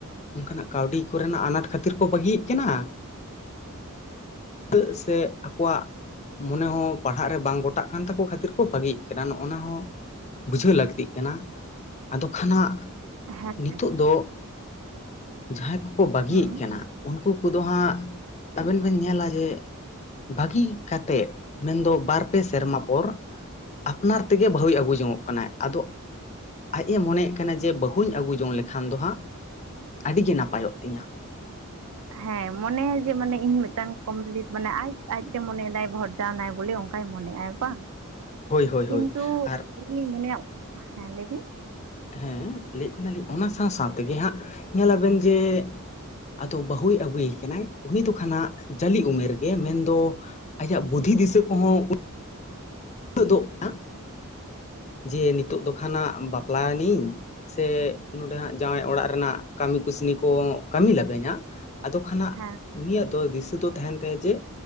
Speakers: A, on the left (about 30°); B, on the right (about 75°).
A: ᱚᱱᱠᱟᱱᱟᱜ ᱠᱟᱹᱣᱰᱤ ᱠᱚᱨᱮᱱᱟᱜ ᱟᱱᱟᱴ ᱠᱷᱟᱹᱛᱤᱨ ᱠᱚ ᱵᱟᱹᱜᱤᱭᱮᱫ ᱠᱟᱱᱟ? ᱫᱟ. ᱜ ᱥᱮ ᱟᱠᱚᱣᱟᱜ ᱢᱚᱱᱮ ᱦᱚᱸ ᱯᱟᱲᱦᱟᱜ ᱨᱮ ᱵᱟᱝ ᱜᱚᱴᱟᱜ ᱠᱟᱱ ᱛᱟᱠᱚ ᱠᱷᱟᱹᱛᱤᱨ ᱠᱚ ᱵᱟᱹᱜᱤᱜ ᱠᱟᱱᱟ ᱱᱚᱜ ᱱᱚᱣᱟ ᱦᱚᱸ ᱵᱩᱡᱷᱟᱹᱣ ᱞᱟᱹᱠᱛᱤᱜ ᱠᱟᱱᱟ ᱟᱫᱚ ᱠᱷᱟᱱ ᱦᱟᱸᱜ
B: ᱡᱟᱦᱟᱸ ᱦᱮᱸ
A: ᱱᱤᱛᱚᱜ
B: ᱦᱮᱸ
A: ᱫᱚ ᱡᱟᱦᱟᱸᱭ ᱠᱚᱠᱚ ᱵᱟᱹᱜᱤᱭᱮᱫ
B: ᱦᱩᱸ
A: ᱠᱟᱱᱟ ᱩᱱᱠᱩ ᱠᱚᱫᱚ ᱦᱟᱸᱜ ᱟᱵᱮᱱ ᱵᱮᱱ ᱧᱮᱞᱟ ᱡᱮ ᱵᱷᱟᱹᱜᱤ ᱠᱟᱛᱮᱜ ᱢᱮᱱᱫᱚ ᱵᱟᱨ ᱯᱮ ᱥᱮᱨᱢᱟ ᱯᱚᱨ ᱟᱯᱱᱟᱨ ᱛᱮᱜᱮ ᱵᱟᱹᱦᱩᱭ ᱟᱹᱜᱩ ᱡᱚᱱᱚᱜ ᱠᱟᱱᱟᱭ ᱟᱫᱚ ᱟᱡ ᱮ ᱢᱚᱱᱮᱭᱮᱫ ᱠᱟᱱᱟ ᱡᱮ ᱵᱟᱹᱦᱩᱧ ᱟᱹᱜᱩ ᱡᱚᱝ ᱞᱮᱠᱷᱟᱱ ᱫᱚ ᱦᱟᱸᱜ ᱟᱹᱰᱤ ᱜᱮ ᱱᱟᱯᱟᱭᱚᱜ ᱛᱤᱧᱟ᱾ ᱾
B: ᱦᱮᱸ ᱢᱚᱱᱮᱭᱟ ᱡᱮ ᱢᱟᱱᱮ ᱤᱧ ᱢᱤᱫᱴᱟᱝ ᱠᱚᱢᱯᱞᱤᱴ ᱢᱟᱱᱮ ᱟᱡ ᱟᱡᱛᱮ ᱢᱚᱱᱮᱭᱮᱫᱟᱭ ᱵᱷᱚᱴ ᱠᱟᱣᱱᱟᱭ ᱵᱚᱞᱮ ᱚᱱᱠᱟᱭ ᱢᱚᱱᱮᱜ ᱟᱭ ᱵᱟᱝ
A: ᱦᱳᱭ ᱦᱳᱭ
B: ᱠᱤᱱᱛᱩ
A: ᱦᱳᱭ ᱟᱨ
B: ᱤᱧ ᱢᱚᱱᱮᱭᱟ ᱦᱮᱸ ᱞᱟᱹᱭ ᱵᱤᱱ?
A: ᱦᱮᱸ ᱞᱟᱹᱭᱮᱫ ᱠᱟᱱᱟᱞᱤᱧ ᱚᱱᱟ ᱥᱟᱶ ᱥᱟᱶ ᱛᱮᱜᱮ ᱦᱟᱸᱜ ᱧᱮᱞᱟᱵᱤᱱ ᱡᱮ ᱟᱫᱚ ᱵᱟᱹᱦᱩᱭ ᱟᱹᱜᱩᱭᱮ ᱠᱟᱱᱟᱭ ᱩᱱᱤ ᱫᱚ ᱠᱷᱟᱱᱟᱜ ᱡᱟᱹᱞᱤ ᱩᱢᱮᱨ ᱜᱮ ᱢᱮᱱᱫᱚ ᱟᱡᱟᱜ ᱵᱩᱫᱷᱤ ᱫᱤᱥᱟᱹ ᱠᱚᱦᱚᱸ ᱩᱱᱟᱹᱜ ᱫᱚ <inaudible> ᱡᱮ ᱱᱤᱛᱚᱜ ᱫᱚ ᱠᱷᱟᱱᱟᱜ ᱵᱟᱯᱞᱟᱭᱮᱱᱤᱧ ᱥᱮ ᱱᱚᱰᱮ ᱦᱟᱸᱜ ᱡᱟᱶᱟᱭ ᱚᱲᱟᱜ ᱨᱮᱱᱟᱜ ᱠᱟᱹᱢᱤ ᱠᱩᱥᱱᱤ ᱠᱚ ᱠᱟᱹᱢᱤ ᱞᱟᱜᱟᱹᱧᱟ ᱟᱫᱚ ᱠᱷᱟᱱ ᱦᱟᱸᱜ
B: ᱦᱮᱸ
A: ᱩᱱᱤᱭᱟᱜ ᱫᱚ ᱫᱤᱥᱟᱹ ᱫᱚ ᱛᱟᱦᱮᱸᱱ ᱛᱟᱭᱟ ᱡᱮ